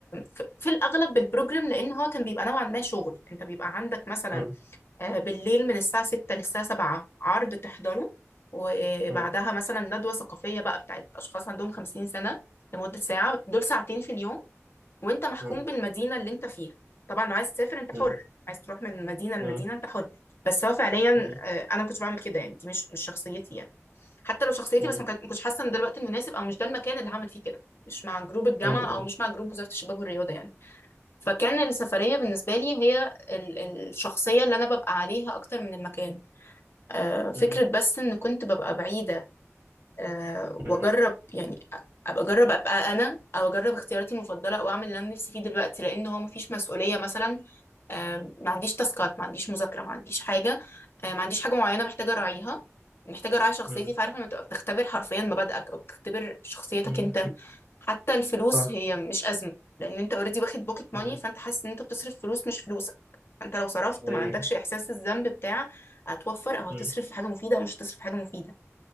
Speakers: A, on the left; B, on the right.
A: ف- في الاغلب بالبروجرام لان هو كان بيبقى نوعا ما شغل انت بيبقى عندك مثلا
B: مم.
A: آه، بالليل من الساعة 6 للساعة 7 عرض تحضره وبعدها
B: مم.
A: مثلا ندوة ثقافية بقى بتاعت اشخاص عندهم 50 سنة لمدة ساعة دول ساعتين في اليوم وانت محكوم
B: مم.
A: بالمدينة اللي انت فيها طبعا لو عايز تسافر انت
B: مم.
A: حر عايز تروح من مدينة لمدينة
B: مم.
A: انت حر بس هو فعليا
B: مم.
A: آه، انا ما كنتش بعمل كده يعني دي مش مش شخصيتي يعني حتى لو شخصيتي
B: مم.
A: بس ما كانت- ما كنتش حاسة ان ده الوقت المناسب او مش ده المكان اللي هعمل فيه كده مش مع جروب الجامعة
B: مم. مم.
A: او مش مع جروب وزارة الشباب والرياضة يعني فكان السفرية بالنسبة لي هي ال- الشخصية اللي انا ببقى عليها اكتر من المكان آه، فكرة
B: مم.
A: بس ان كنت ببقى بعيدة أه واجرب
B: مم.
A: يعني ابقى اجرب ابقى انا او اجرب اختياراتي المفضله واعمل اللي انا نفسي فيه دلوقتي لان هو مفيش مسؤوليه مثلا أه ما عنديش تاسكات ما عنديش مذاكره ما عنديش حاجه أه ما عنديش حاجه معينه محتاجه اراعيها محتاجه اراعي شخصيتي
B: مم.
A: فعارفه لما تبقى بتختبر حرفيا مبادئك او بتختبر شخصيتك
B: مم.
A: انت حتى الفلوس
B: صح.
A: هي مش ازمه لان انت اوريدي واخد بوكيت ماني
B: مم.
A: فانت حاسس ان انت بتصرف فلوس مش فلوسك فانت لو صرفت
B: أيوة.
A: ما عندكش احساس الذنب بتاع هتوفر او هتصرف
B: مم.
A: في حاجه مفيده او مش هتصرف في حاجه مفيده